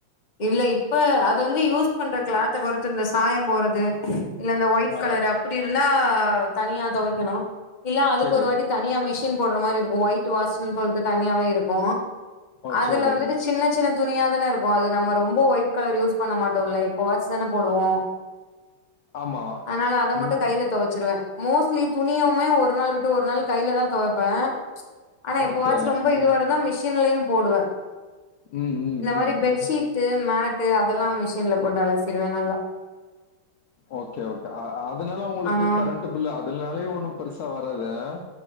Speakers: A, on the left; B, on the left.
A: இல்ல இப்ப அது வந்து யூஸ் பண்ற கிளாத்த பொறுத்து இந்த சாயம் போறது இல்ல இந்த ஒயிட்
B: ஆ
A: கலர் அப்படி இருந்தா தனியா தொவைக்கணு இல்ல அதுக்கு
B: சரி.
A: ஒரு வாட்டி தனியா மிஷின் போற்ற மாறி இருக்கு ஒயிட் வாஷ்ன் சொல்ட்டு தனியாவே இருக்கு
B: ஓ
A: அதுல
B: சரி.
A: வந்துட்டு சின்ன சின்ன துணியா தான இருக்கு அது நம்ம ரொம்ப ஒயிட் கலர் யூஸ் பண்ண மாட்டோல்ல எப்பவாச்சு தான போடுவோ
B: ஆமா.
A: அதனால அத மட்டு
B: ம்.
A: கைல தொவச்சிருவே மோஸ்ட்லி துணியுமே ஒரு நாள் விட்டு ஒரு நாள் கைல தா தொவப்பே ஆனா எப்ப
B: ஓகே.
A: வாச்சு ரொம்ப
B: ம்.
A: இதுவா இருந்தா மிஷின்லியு போடுவே
B: ம், ம்,
A: இந்த
B: ம்,
A: மாரி பெட்ஷீட்
B: ம்.
A: டு மேட்டு அதல்லா மிஷின்ல போட் அலசிறுவே நல்லா
B: ஓகே ஓகே அதனால உங்களுக்கு
A: ஆ
B: கரண்ட் பில்லு அதுனாலயே ஒண்ணு பெருசா வராது அ